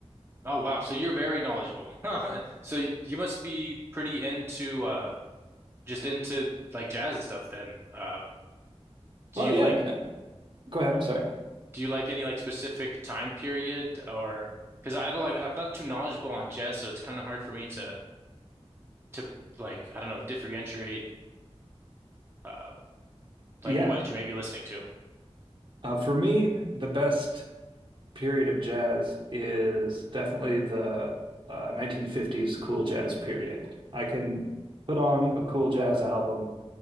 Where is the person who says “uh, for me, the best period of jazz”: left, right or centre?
Right